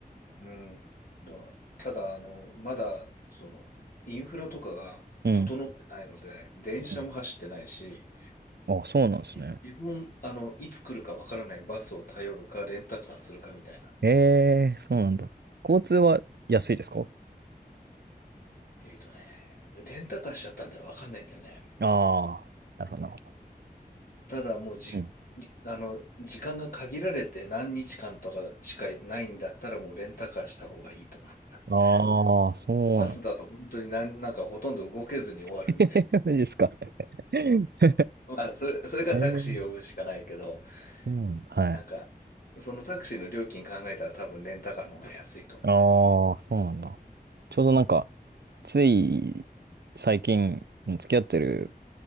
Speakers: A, on the left; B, on the right.
A: うん。だからただ、あの、まだ、その、インフラとかが整ってないので、
B: うん。
A: 電車も走ってないし、
B: うんあ、そうなんですね。
A: き基本、あの、いつ来るかわからないバスを頼るか、レンタカーするかみたいな。
B: えー、そうなんだ。交通は安いですか
A: うん。えっとね、レンタカーしちゃったんでわかんないんだよね。
B: ああー、なるほど、なるほど。
A: ただ、もうじ、
B: うん。
A: りあの、時間が限られて何日間とかしかないんだったら、もうレンタカーした方がいいと思うな。
B: ああ、そうなんだ
A: あのバスだと本当になん、なんかほとんど動けずに終わるみたいな。
B: <laughs> マジですか。<laughs> え
A: まあ、それ、それかタクシー呼ぶしかないけど、
B: ー、そうなんだ。はい。
A: なんか、そのタクシーの料金考えたら多分レンタカーの方が安いと思
B: ああ、そうなんだ。ちょうどなんか、つい最近付き合ってる
A: う。うん。